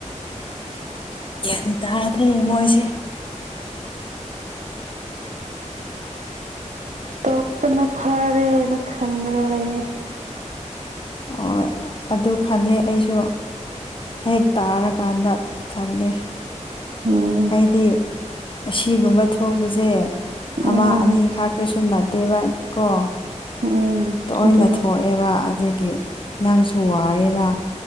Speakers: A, on the left (about 40°); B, on the right (about 75°).
A: ꯒ꯭ꯌꯥꯟ ꯇꯥꯗ꯭ꯔꯦ ꯃꯣꯏꯁꯦ
B: ꯇꯣꯛꯄꯅ ꯐꯔꯦꯅ ꯈꯟꯗꯅ ꯂꯩꯌꯦꯦ
A: ꯍ ꯑꯗꯨ ꯈꯂ ꯑꯩꯁꯨ ꯍꯦꯛ ꯇꯥꯔꯀꯥꯟꯗ ꯈꯜꯂꯦ
B: ꯎꯝ
A: ꯍꯥꯏꯗꯤ ꯑꯁꯤꯒꯨꯝꯕ ꯊꯣꯛꯄꯁꯦ ꯑꯃ
B: ꯎꯝ
A: ꯑꯅꯤ ꯈꯥꯛꯇꯁꯨ ꯅꯠꯇꯦꯕ ꯀꯣ
B: ꯎꯝ
A: ꯇꯣꯏꯅ
B: ꯑꯗꯨꯅꯤ
A: ꯊꯣꯛꯑꯦꯕ ꯑꯗꯨꯗꯒꯤ ꯅꯪꯁꯨ ꯋꯥꯔꯦꯅ